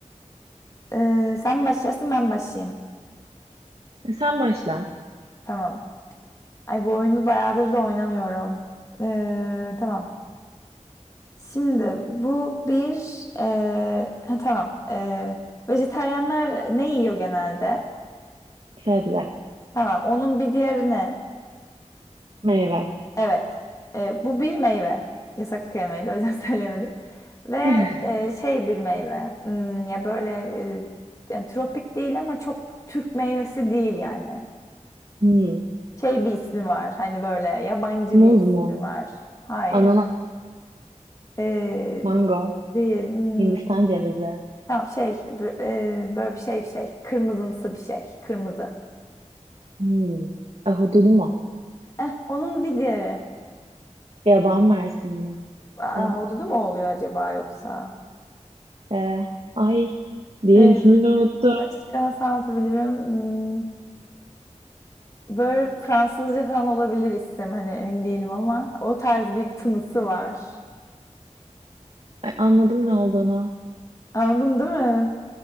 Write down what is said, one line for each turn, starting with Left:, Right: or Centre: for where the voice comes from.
Left: Ee, sen mi başlarsın ben mi başlayayım.
Right: E, sen başla.
Left: Tamam. Ay bu oyunu bayağıdır da oynamıyorum. Ee, tamam. Şimdi bu bir... ee, ha, tamam. Ee, vejetaryenler ne yiyor genelde?
Right: Sebze.
Left: Tamam. Onun bir diğeri ne?
Right: Meyve.
Left: Evet. E, bu bir meyve. Yasaklı kelimeydi o yüzden <laughs> söyleyemedim. Ve
Right: <laughs>
Left: e, şey bir meyve. Hmm, ya böyle e, yani tropik değil ama çok Türk meyvesi değil yani.
Right: Hmm.
Left: Şey bir ismi var. Hani böyle yabancı
Right: Muz
Left: bir ismi
Right: mu?
Left: var. Hayır.
Right: Ananas.
Left: E,
Right: Mango.
Left: değil. Hmm,
Right: Hindistan cevizi.
Left: tamam şey b- e, böyle bir şey bir şey. Kırmızımsı bir şey. Kırmızı.
Right: Hmm. Ahududu mu?
Left: Eh, onun bir diğeri.
Right: Yaban mersini mi?
Left: Ahududu
Right: Ab-
Left: mu oluyor acaba yoksa?
Right: e, ay. Diğer
Left: Ee,
Right: ismini unuttum.
Left: Başka nasıl anlatabilirim? Hmm, Böyle Fransızca falan olabilir isim. Hani emin değilim ama o tarz bir tınısı var.
Right: Ay, anladım ne olduğunu.
Left: Anladın değil mi?